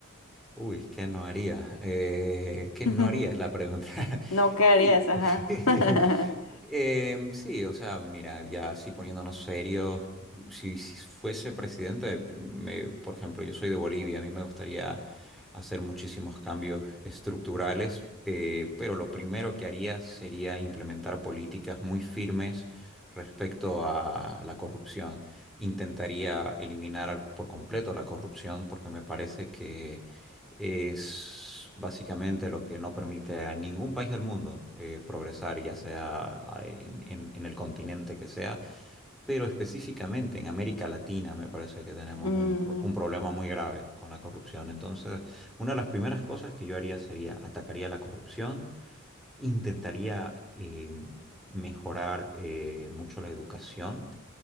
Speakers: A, in the centre; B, on the left.
A: Uy, ¿qué no haría? Eh, ¿qué no
B: <laughs>
A: haría es la pregunta? <laughs>
B: No, ¿qué harías?
A: Sí.
B: Ajá.
A: <laughs>
B: <laughs>
A: Em, sí, o sea, mira, ya así poniéndonos serios, si, si fuese presidente, me- por ejemplo, yo soy de Bolivia, a mí me gustaría hacer muchísimos cambios estructurales, eh, pero lo primero que haría sería implementar políticas muy firmes respecto a la corrupción. Intentaría eliminar por completo la corrupción porque me parece que es básicamente lo que no permite a ningún país del mundo eh, progresar, ya sea ah, en, en- en el continente que sea, pero específicamente en América Latina me parece que tenemos
B: Mm,
A: un, pro- un problema muy grave con la corrupción. Entonces, una de las primeras cosas que yo haría sería atacaría la corrupción, intentaría eh, mejorar eh, mucho la educación.